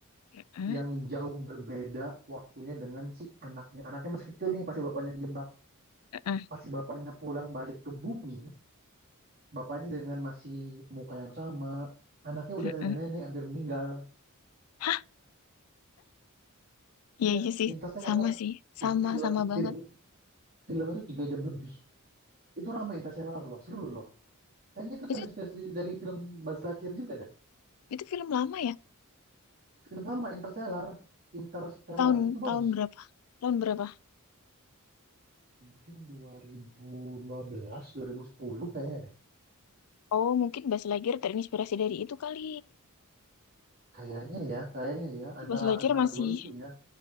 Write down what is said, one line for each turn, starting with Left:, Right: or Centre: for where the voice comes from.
Left: Heeh,
Right: yang jauh berbeda waktunya dengan si anaknya. Anaknya masih kecil nih pas si bapaknya kejebak.
Left: heeh,
Right: Pas si bapaknya pulang balik ke bumi, Bapaknya dengan masih muka yang sama, anaknya
Left: heeh.
Right: udah nenek-nenek hampir meninggal.
Left: Hah, iya
Right: Iya,
Left: iya sih
Right: Interstellar.
Left: sama sih sama
Right: Itu film
Left: sama banget
Right: film film itu tiga jam lebih. Itu ramai Interstellar loh, seru loh. Kayaknya itu
Left: itu
Right: terinspirasi dari film Baz Luhrmann juga dah.
Left: itu film lama ya
Right: Film lama Interstellar, Interstellar
Left: tahun
Right: itu bagus.
Left: tahun berapa tahun berapa
Right: Mungkin 2012, 2010 kayaknya deh.
Left: Oh, mungkin Bas Lightyear terinspirasi dari itu kali.
Right: Kayaknya ya, kayaknya ya
Left: Tapi
Right: antara
Left: Bas Lightyear
Right: antara
Left: masih,
Right: dua itu ya.